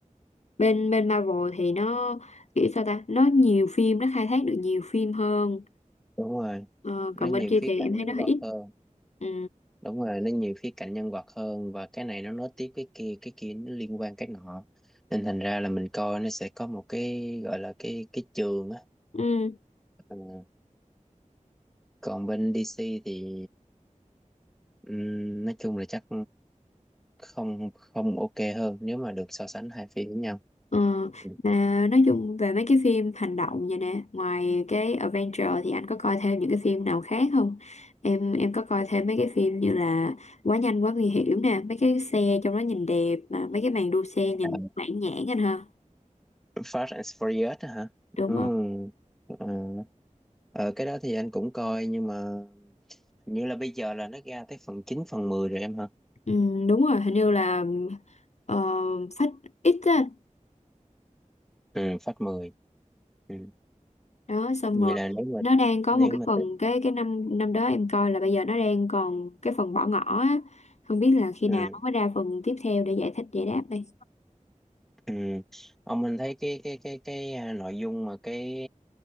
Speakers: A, on the left (about 60°); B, in the centre.
A: Bên bên Marvel thì nó kiểu sao ta nó nhiều phim nó khai thác được nhiều phim hơn
B: đúng rồi
A: ờ,
B: nó
A: còn
B: nhiều
A: bên kia
B: khía
A: thì
B: cạnh
A: em thấy
B: nhân
A: nó hơi
B: vật
A: ít.
B: hơn
A: Ừ.
B: đúng rồi nó nhiều khía cạnh nhân vật hơn và cái này nó nối tiếp cái kia cái kia nó liên quan cái nọ nên thành ra là mình coi nó sẽ có một cái gọi là cái cái trường á
A: Ừ.
B: Ừ. còn bên DC thì Ừm, nói chung là chắc không không ok hơn nếu mà được so sánh hai phim với nhau
A: Ờ,
B: <laughs> Ừm.
A: mà nói chung về mấy cái phim hành động vậy nè, ngoài cái Avenger thì anh có coi thêm những cái phim nào khác không? Em em có coi thêm mấy cái phim như là Quá nhanh quá nguy hiểm nè, mấy cái xe trong đó nhìn đẹp mà mấy cái màn đua xe nhìn
B: À,
A: mãn nhãn anh ha.
B: Fast and Furious á hả
A: Đúng
B: Ừ.
A: rồi.
B: ờ, ờ, cái đó thì anh cũng coi nhưng mà hình như là bây giờ là nó ra tới phần 9 phần 10 rồi em hả
A: Ừ, đúng rồi, hình như là ờ, Phách X á.
B: ừ, Fast 10. ừ.
A: Đó xong
B: vậy
A: rồi
B: là nếu mà
A: nó đang có
B: nếu
A: một cái
B: mà
A: phần
B: tự-
A: cái cái năm năm đó em coi là bây giờ nó đang còn cái phần bỏ ngỏ á. Không biết là khi
B: ừ,
A: nào nó mới ra phần tiếp theo để giải thích giải đáp đây.
B: ừ. ông anh thấy cái cái cái cái à, nội dung mà cái